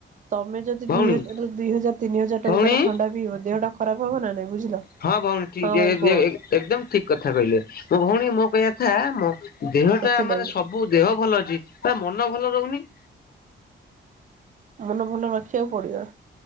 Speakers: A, on the right; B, on the left.
A: ତମେ ଯଦି
B: ଭଉଣୀ
A: ଦୁଇ ହଜାର ଦୁଇ ହଜାର ତିନି ହଜାର
B: ଭଉଣୀ
A: ଟଙ୍କାର ଥଣ୍ଡା ପିଇବ ଦେହଟା ଖରାପ ହବନା ନାଇଁ ବୁଝିଲ।
B: ହଁ ଭଉଣୀ ଠିକ୍
A: ହଁ ଭାଇ କୁହ
B: ଏକଦମ ଠିକ କଥା କହିଲେ ମୋ ଭଉଣୀ ମୋ କହିବାଥା ମୋ ଦେହଟା
A: ସେଥିଲାଗି
B: ମାନେ ସବୁ ଦେହ ଭଲ ଅଛି ତା ମନ ଭଲ ରହୁନି।
A: ମନ ଭଲ ରଖିବାକୁ ପଡ଼ିବ।